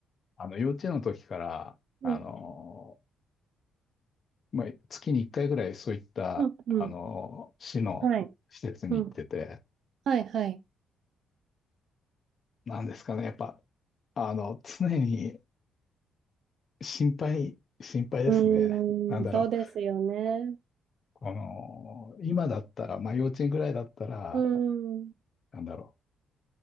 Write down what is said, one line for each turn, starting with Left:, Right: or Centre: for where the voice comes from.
Left: あの、幼稚園の時から、あの、
Right: うん。
Left: まあ、月に1回ぐらいそういった、
Right: うんうん。
Left: あの、市の施設に行ってて、
Right: はい。うん。はいはい。
Left: なんですかね、やっぱ、あの、常に心配、心配ですね。
Right: うーん。
Left: なんだろう。
Right: そうですよね。
Left: この、今だったら、まあ幼稚園ぐらいだったら、
Right: うーん。
Left: なんだろ